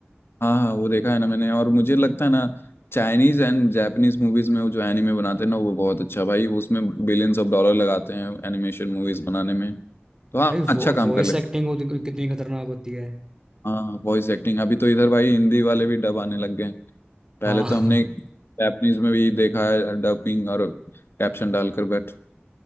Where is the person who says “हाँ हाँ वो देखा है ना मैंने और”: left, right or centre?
Left